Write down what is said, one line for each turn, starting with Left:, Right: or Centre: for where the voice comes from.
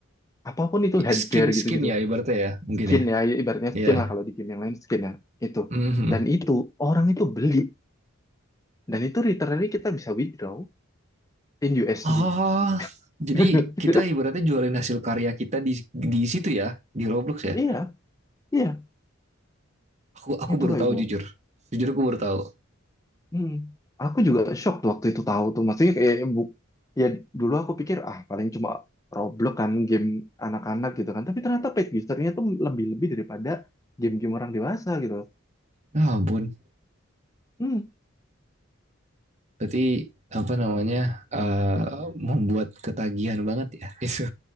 Left: apapun itu headgear
Right: skin skin
Left: gitu-gitu,
Right: ya ibaratnya ya mungkin
Left: skin
Right: ya
Left: ya, ya ibaratnya
Right: iya
Left: skin lah kalau di game yang lain skin ya itu.
Right: Mhm.
Left: Dan itu orang itu beli dan itu literally kita bisa withdraw in USD.
Right: oh jadi
Left: <laughs>
Right: kita ibaratnya jualin hasil karya kita di di situ ya di roblox ya
Left: Iya, iya,
Right: Aku aku
Left: itu
Right: baru
Left: Kak
Right: tahu
Left: Bimo.
Right: jujur. Jujur aku baru tahu.
Left: Hmm. Aku juga shock tuh waktu itu tahu tuh. Maksudnya kayak bu, ya dulu aku pikir ah paling cuma Roblox kan game anak-anak gitu kan. Tapi ternyata paid usernya tuh lebih-lebih daripada game-game orang dewasa gitu.
Right: Ya ampun.
Left: Hmm.
Right: Berarti apa namanya eh, membuat ketagihan banget ya itu.